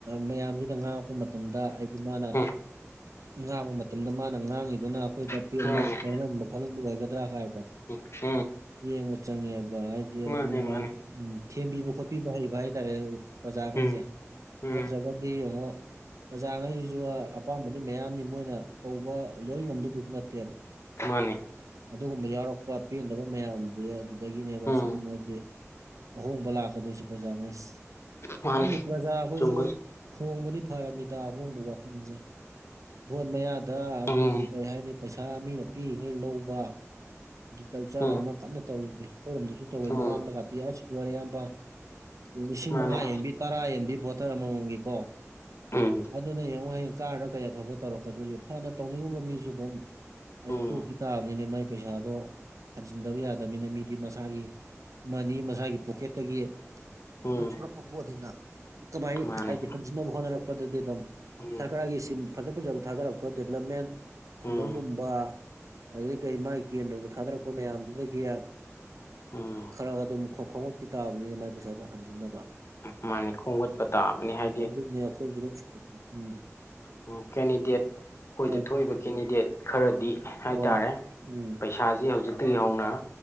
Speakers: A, on the right; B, on the left.
A: ꯃꯌꯥꯝꯁꯤꯅ ꯉꯥꯡꯉꯛꯄ ꯃꯇꯝꯗ ꯍꯥꯏꯗꯤ ꯃꯥꯅ
B: ꯎꯝ
A: ꯉꯥꯡꯕ ꯃꯇꯝꯗ ꯃꯥꯅ ꯉꯥꯡꯉꯤꯗꯨꯅ ꯑꯩꯈꯣꯏꯗ
B: ꯎꯝ
A: ꯄꯦꯟꯕ ꯄꯦꯜꯍꯟꯕ ꯈꯣꯠꯍꯟꯕ ꯑꯣꯏꯒꯗ꯭ꯔꯥ ꯀꯥꯏꯗꯣ
B: ꯑꯣ
A: ꯌꯦꯡꯕ ꯆꯪꯉꯦꯕ ꯍꯥꯏꯗꯤ ꯑꯗꯨꯝ
B: ꯃꯥꯅꯦ ꯃꯥꯅꯦ
A: ꯎꯝ ꯊꯦꯝꯕꯤꯕ ꯈꯣꯠꯄꯤꯕ ꯍꯩꯕ ꯍꯥꯏꯇꯥꯔꯦ ꯄ꯭ꯔꯖꯥꯈꯩꯁꯦ
B: ꯎꯝ ꯎꯝ
A: ꯅꯠꯇ꯭ꯔꯒꯗꯤ ꯌꯦꯡꯉꯣ ꯄ꯭ꯔꯖꯥꯉꯩꯁꯤꯁꯨ ꯑꯄꯥꯝꯕꯗꯤ ꯃꯌꯥꯝꯅꯤ ꯃꯣꯏꯅ ꯇꯧꯕ ꯂꯣꯏ ꯉꯝꯗꯒꯤꯁꯨ ꯅꯠꯇꯦꯕ
B: ꯃꯥꯅꯦ
A: ꯑꯗꯨꯒꯨꯝꯕ ꯌꯥꯎꯔꯛꯄ ꯄꯦꯟꯗꯕ ꯃꯌꯥꯝꯁꯦ ꯑꯗꯨꯗꯒꯤꯅꯦꯕ
B: ꯎꯝ
A: ꯁꯨꯝ ꯍꯥꯏꯗꯤ ꯑꯍꯣꯡꯕ ꯂꯥꯛꯀꯗꯣꯏꯁꯦ ꯄ꯭ꯔꯖꯥꯅꯩ
B: ꯃꯥꯅꯦ
A: ꯈꯪꯗꯤ ꯄ꯭ꯔꯖꯥ ꯑꯩꯈꯣꯏꯁꯨ
B: ꯆꯨꯝꯒ꯭ꯔꯦ
A: ꯍꯣꯡꯕꯗꯤ ꯐꯔꯝꯃꯤꯗꯥ ꯑꯥꯍꯣꯡꯕ ꯋꯥꯈꯜꯁꯦ ꯚꯣꯠ ꯃꯌꯥꯗ ꯑꯩꯈꯣꯏꯒꯤ
B: ꯎꯝ
A: ꯀꯔꯤ ꯍꯥꯏꯅꯤ ꯄꯩꯁꯥ ꯃꯤꯅ ꯄꯤꯔꯤꯉꯩ ꯂꯧꯕ ꯒꯤ ꯀꯜꯆꯔ
B: ꯎꯝ
A: ꯑꯃ ꯀꯟꯅ ꯇꯧꯔꯁꯦ ꯑꯩꯈꯣꯏꯔꯣꯝꯗꯁꯨ ꯇꯧꯋꯦ
B: ꯎꯝ
A: ꯃꯃꯥꯡꯗ ꯀꯇꯤ ꯑ ꯁꯤ ꯋꯥꯔꯤꯔꯦ ꯑꯌꯥꯝꯕ ꯂꯤꯁꯤꯡ
B: ꯃꯥꯅꯦ
A: ꯃꯉꯥ ꯌꯦꯟꯕꯤ ꯇꯔꯥ ꯌꯦꯟꯕꯤ ꯕꯣꯇꯔ ꯑꯃꯃꯝꯒꯤ ꯀꯣ
B: ꯎꯝ
A: ꯑꯗꯨꯅ ꯌꯦꯡꯉꯣ ꯍꯌꯦꯡ ꯀꯥꯔꯒ ꯀꯩ ꯑꯐꯕ ꯇꯧꯔꯛꯀꯗꯣꯏꯅꯣ ꯐꯅ ꯇꯧꯅꯤꯡꯉꯝꯕ ꯃꯤꯖꯨ ꯑꯗꯨꯝ ꯍꯥꯏꯗꯤ
B: ꯎꯝ
A: ꯇꯣꯀꯤ ꯇꯥꯕꯅꯤꯅꯦ ꯃꯥꯏ ꯄꯩꯁꯥ ꯑꯗꯣ ꯍꯟꯖꯤꯟꯗꯕ ꯌꯥꯗꯕꯅꯤꯅ ꯃꯤꯗꯤ ꯃꯁꯥꯒꯤ ꯃꯅꯤ ꯃꯁꯥꯒꯤ ꯄꯣꯛꯀꯦꯠꯇꯒꯤ
B: ꯎꯝ
A: ꯂꯧꯊꯣꯔꯛꯄ ꯄꯣꯠꯅꯤꯅ ꯀꯃꯥꯏꯅ
B: ꯃꯥꯅꯦ
A: ꯍꯥꯏꯗꯤ ꯍꯟꯖꯤꯟꯅꯕ ꯍꯣꯠꯅꯔꯛꯄꯗꯗꯤ ꯑꯗꯨꯝ
B: ꯎꯝ
A: ꯁꯔꯀꯥꯔꯒꯤ ꯁꯤꯝ ꯐꯖ ꯐꯖꯕ ꯊꯥꯗꯔꯛꯄ ꯗꯦꯕꯂꯞꯃꯦꯟ ꯈꯨꯡꯒꯪꯒꯨꯝꯕ
B: ꯎꯝ
A: ꯑꯗꯨꯗꯒꯤ ꯀꯩ ꯃꯥꯒꯤ ꯀꯦꯟꯗ꯭ꯔꯗ ꯊꯥꯗꯔꯛꯄ ꯃꯌꯥꯝꯗꯨꯗꯒꯤ
B: ꯎꯝ
A: ꯈꯔꯥꯒ ꯑꯗꯨꯝ ꯈꯣꯡꯒꯠꯈꯤ ꯇꯥꯕꯅꯤꯅ ꯃꯥꯏ ꯄꯩꯁꯥꯗꯣ ꯍꯟꯖꯤꯟꯅꯕ
B: ꯃꯥꯅꯤ ꯈꯣꯝꯒꯠꯄ ꯇꯥꯕꯅꯤ ꯍꯥꯏꯗꯤ
A: ꯑꯗꯨꯅꯦ ꯑꯈꯣꯖꯨ ꯂꯣꯏ <unintelligible>
B: ꯑꯣ ꯀꯦꯟꯅꯤꯗꯦꯠ ꯑꯩꯈꯣꯏꯗ
A: ꯍꯣꯏ
B: ꯊꯣꯛꯏꯕ ꯀꯦꯟꯗꯤꯗꯦꯠ ꯈꯔꯗꯤ ꯍꯥꯏꯇꯥꯔꯦ
A: ꯍꯣꯏ ꯎꯝ
B: ꯄꯩꯁꯥꯖꯤ ꯍꯧꯖꯤꯛ ꯇꯤ ꯍꯧꯅ